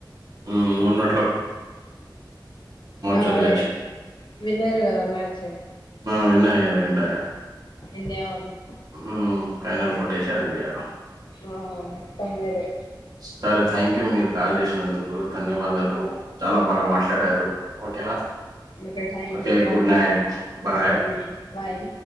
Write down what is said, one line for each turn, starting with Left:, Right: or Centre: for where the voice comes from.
Right: ఉ మొన్న
Left: ఆ
Right: చదివి
Left: అదే
Right: వచ్చి
Left: విన్ అయ్యురు కదా మ్యాచ్
Right: ఆ విన్నయ్యరూ విన్ అయ్యా
Left: ఇండియా వాళ్ళు
Right: ఉ ఫైనల్ కొట్ ట్టేశారు ఇండియా
Left: ఆ మొత్తం వేరే
Right: సరే థ్యాంక్ యూ మీరు కాల్ చేసినందుకు ధన్యవాదాలు చాలా బాగా మాట్లాడారు ఓకేనా
Left: okay thank
Right: okay
Left: you
Right: good night bye
Left: good night bye